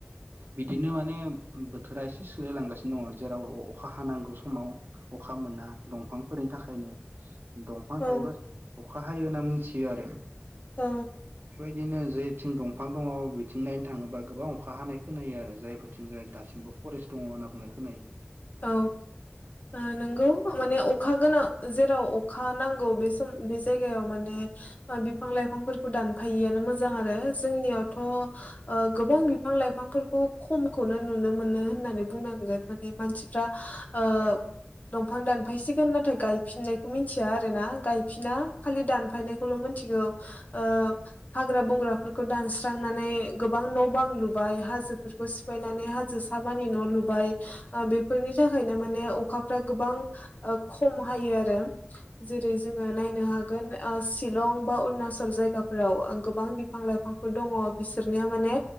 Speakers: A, on the right (about 65°); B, on the left (about 40°).
A: बिदिनो माने बोथोरा एसे सोलायलांगासिनो दङ जेराव अखा हानांगौ समाव अखा मोना दंफांफोरनि थाखायनो दंफां
B: औ
A: थायोबा अखा हायो होनना मिथियो आरो
B: औ
A: बेबायदिनो जेथिं दंफां दङ बिथिं नायनो थाङोबा गोबां अखा हानाय खोनायो आरो जायफोरथिं जाय दासिमबो फरेस्ट दङ होनना बुंनाय खोनायो
B: औ ओ नोंगौ माने अखा गोनां जेराव अखा नांगौ बे सम बे जायगायाव माने बिफां लाइफांफोरखौ दानफायिआनो मोजां आरो जोंनियावथ' गोबां बिफां लाइफांफोरखौ खमखौनो नुनो मोनो होननानै बुंनांगोन माने मानसि फ्रा ओ दंफां दानफायसिगोन नाथाय गायफिननायखौ मिथिया आरोना गायफिना खालि दानफायनायखौल' मिथिगौ ओ हाग्रा बंग्राफोरखौ दानस्रांनानै गोबां न' बां लुबाय हाजोफोरखौ सिफायनानै हाजो साबानि न' लुबाय ओ बे बेफोरनि थाखायनो माने अखाफ्रा गोबां खम हायो आरो जेरै जोङो नायनो हागोन सिलं बा अरुणाचल जायगाफोराव गोबां बिफां लाइफांफोर दङ बिसोरनिया माने